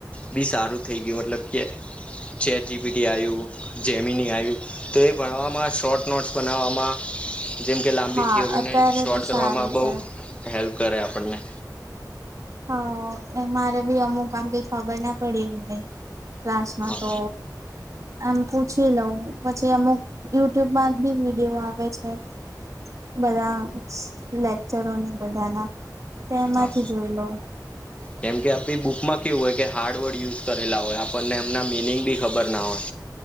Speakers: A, on the left; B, on the right.
A: બી સારું થઈ ગયું મતલબ કે ચેટ જીપીટી આયવું જેમીની આયવું તો એ ભણવામાં શોર્ટ ન બનાવામાં જેમ કે લાંબી
B: હા
A: થીયરીને
B: અત્યારે
A: શોર્ટ
B: તો સારું
A: કરવામાં બહુ
B: છે.
A: હેલ્પ કરે આપણને.
B: હ અ મારે ભી અમુક આમ કઈ ખબર ના પડી હવે. ક્લાસમાં
A: હા
B: તો. આમ પૂછી લઉં પછી અમુક યુટ્યુબમાં બી વિડીયો આવે છે. બધા <inaudible> લેકચરોને બધાના તેમાંથી
A: હા
B: જોઈ લઉ.
A: કેમ કે આપડી બુક માં કેવું હોય કે હાર્ડ વર્ડ યુઝ કરેલા હોય આપણને એમના મિનિંગ બી ખબર ના હોય.